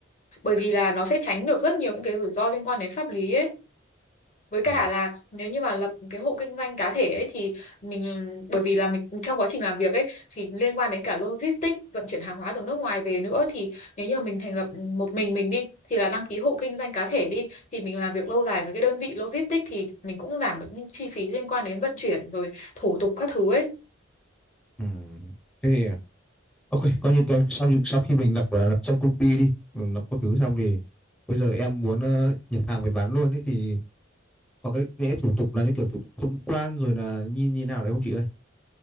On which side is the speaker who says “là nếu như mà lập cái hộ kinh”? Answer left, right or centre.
Left